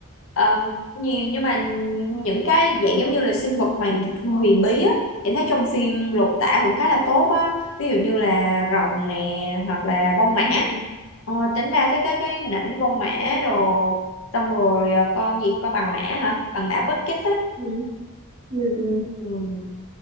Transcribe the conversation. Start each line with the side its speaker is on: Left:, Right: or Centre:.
Left: ờ, nhiều nhưng mà những cái dạng giống như là sinh vật hoàn huyền bí á em thấy trong phim lột tả cũng khá là tốt á ví dụ như là rồng nè hoặc là vong mã
Right: ừ
Left: ờ, tính ra cái cái cái hình ảnh vong mã đồ xong rồi ờ, con gì con bằng mã hả bằng mã Bucket á
Right: ừ ừ ừ.
Left: ừ.